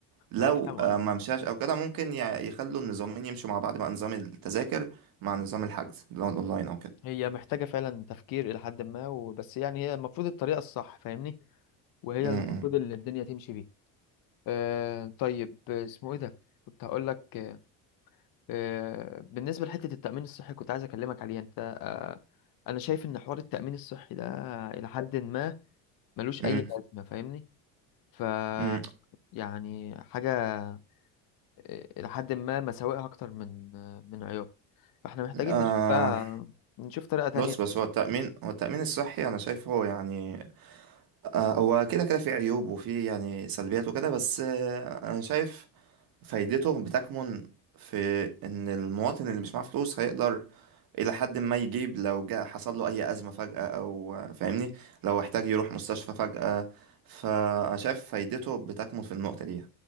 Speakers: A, on the right; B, on the left.
A: لو
B: انا فاهم
A: آه، ما مشاش أو كده ممكن ي- يخلوا النظامين يمشوا مع بعض بقى نظام التذاكر مع نظام الحجز اللي هو الأونلاين أو كده
B: هي محتاجة فعلا تفكير إلى حد ما وبس يعني هي المفروض الطريقة الصح فاهمني وهي
A: م- م-
B: المفروض اللي الدنيا تمشي بيها آه طيب آه، اسمه إيه ده كنت هقول لك آه آه، بالنسبة لحتة التأمين الصحي كنت عايز أكلمك عليها أنت آه أنا شايف إن حوار التأمين الصحي ده إلى حد ما ملوش
A: م-
B: أي لازمة فاهمني ف
A: م-
B: يعني حاجة آه، إلى حد ما مساوئها أكتر من آه، من عيوبها فإحنا محتاجين
A: آه،
B: نشوف بقى نشوف طريقة تانية
A: بص بس هو التأمين هو التأمين الصحي أنا شايفه يعني آه، هو كده كده في عيوب وفي يعني سلبيات وكده بس آه، انا شايف فايدته بتكمن في ان المواطن اللي مش معاه فلوس هيقدر الى حد ما يجيب لو جاء حصل له اي ازمة فجأة او آه، فاهمني لو احتاج يروح مستشفى فجأة فانا شايف فايدته بتكمن في النقطة دي